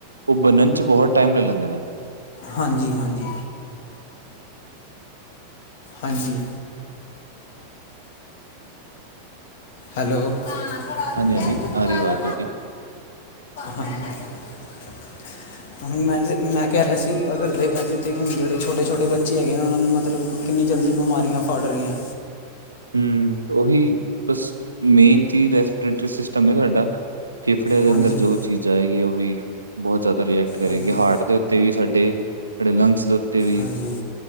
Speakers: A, on the right; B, on the left.
A: ਉਹ ਬਣਨ ਚ ਬਹੁਤ ਟਾਈਮ ਲੈ ਲੈਂਦੇ ਨੇ।
B: ਹਾਂਜੀ-ਹਾਂਜੀ। ਹਾਂਜੀ। ਹੈਲੋ। ਬਾਚ ਲੈ
A: ਹਾਂਜੀ-ਹਾਂਜੀ,
B: ਜਾਂਗੇ ਤੁਹਾਨੂੰ
A: ਆ ਰਹੀ ਆਵਾਜ਼ ਤੁਹਾਡੀ।
B: ਮੈਂ ਲੈ ਜਾਂਗੀ। ਮੈਂ ਕਹਿ ਰਿਹਾ ਸੀ ਅਗਰ ਦੇਖਿਆ ਜੇ ਹੁਣ ਜਿਹੜੇ ਛੋਟੇ-ਛੋਟੇ ਬੱਚੇ ਹੈਗੇ ਨੇ ਉਹਨਾਂ ਨੂੰ ਮਤਲਬ ਕਿ ਕਿੰਨੀ ਜਲਦੀ ਬਿਮਾਰੀਆਂ ਫੜ ਰਹੀਆਂ।
A: ਹਮ ਉਹੀ ਬਸ ਮੇਨ ਤੇ ਰੈਸਪੀਰੇਟਰੀ ਸਿਸਟਮ ਹੈ ਸਾਡਾ। ਫੇਫੜਿਆਂ ਦੇ
B: ਹਾਂਜੀ
A: ਅੰਦਰ ਜੋ ਚੀਜ਼ ਜਾਏਗੀ ਉਹੀ ਬਹੁਤ ਜ਼ਿਆਦਾ ਰਿਐਕਟ ਕਰੇਗੀ
B: ਹਾਂਜੀ
A: ਹਾਰਟ ਦੇ ਉੱਤੇ ਵੀ ਸਾਡੇ ਲੰਗਸ ਦੇ ਉੱਤੇ ਵੀ
B: ਹਾਂਜੀ